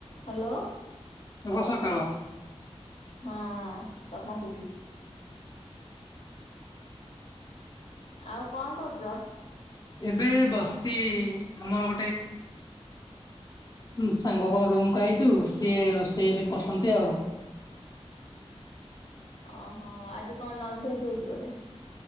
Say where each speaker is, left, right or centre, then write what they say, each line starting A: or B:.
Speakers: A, on the left; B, on the left.
A: Hello.
B: ଶୁଭ ସକାଳ।
A: ହଁ ତମକୁ ବି। ଆଉ କଣ କରୁଛ?
B: ଏବେ ବସିଛି ଆମର ଗୋଟେ ହୁଁ ସାଙ୍ଗ କ ରୁମ୍ କୁ ଆଇଛୁ ସିଏ ରୋଷେଇ ଏବେ କରଛନ୍ତି ଆଉ।
A: ଓହୋ ଆଜି କଣ ନନ୍ ଭେଜ୍ ହଉଛିି ବୋଧେ?